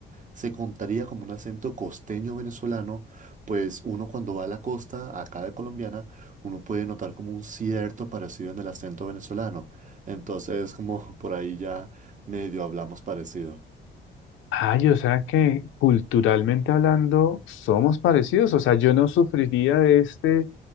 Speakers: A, on the right (about 40°); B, on the left (about 80°).
A: se contaría como un acento costeño venezolano, pues uno cuando va a la costa, acá de colombiana, uno puede notar como un cierto parecido en el acento venezolano. Entonces, como por ahí ya medio hablamos parecido.
B: Ay, o sea que culturalmente hablando somos parecidos, o sea, yo no sufriría de este